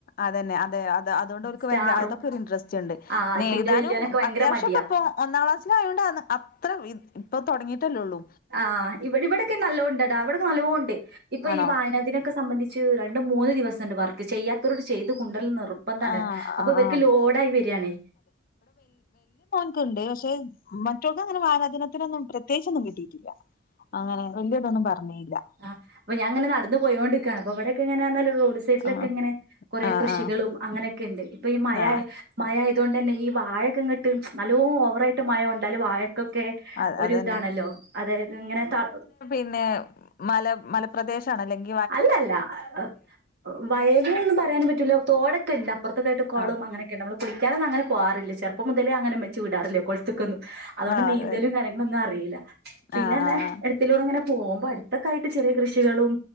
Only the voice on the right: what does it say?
സ്റ്റാറും
ആഹ്
ഇപ്പിന്റെ വല്യോനൊക്കെ ഭയങ്കര
മടിയാ
ആഹ് ഇവിടെവിടൊക്കെ നല്ലോൺണ്ടെടാ വടൊക്കെ നല്ലോൺണ്ട് ഇപ്പൊ
ഈ വായന ദിനൊക്ക സംബന്ധിച് ച്ചു രണ്ട് മൂന്ന് ദിവസംണ്ട് വർക്ക് ചെയ്യാത്തവരോട് ചെയ്ത് കൊണ്ടരല്ല് നിർ ബന്ധാണ്
അപ്പൊവര്ക്ക്
ലോഡായി വരാണേ
ആഹ് പ്പ ഞാൻ ങ്ങനെ നടന്ന് പോയോണ്ട്ക്കാണ് അപ്പോ വെടെക്കെങ്ങനർഞ്ഞാല് റോ ഡ് സൈഡിലൊക്കെങ്ങനെ
കൊറെ
കൃഷികളും
അങ്ങനെയൊക്കെണ്ട് ഇപ്പയീ മഴായ്
മയായതൊണ്ടെന്നെ ഈ വാഴൊക്കെങ്ങട്ട് സ് നല്ലോം ഓവറായിട്ട് മയൊണ്ടാല് വാഴ കൊക്കെ
ഒരു
താണല്ലോ അതായത് ങ്ങനെ തധ
അല്ലല്ല എ അ വയല്ന്ന് പറയാനും പറ്റൂല തോടൊക്കെണ്ട പ്പർത്തൊക്കെയട്ട് കൊളൊം
അങ്ങനെക്കെണ്ട് അമ്മള് കുളിക്കാനൊന്നു അങ്ങന പോവാറില്ല ചെർപ്പം മുതലെ അങ്ങനെ മ്മച്ചി വിടാറില്ല കൊൾത്തുക്കൊന്നു അതോണ്ട്
നീന്തലും
കാര്യങ്ങള്ളൊന്നു അറീല്ല പിന്നർന്നെ
എ ത്തിലൂടെങ്ങനെ പോവുമ്പൊ അടുത്തൊക്കായിട്ട് ചെറിയ കൃഷികളും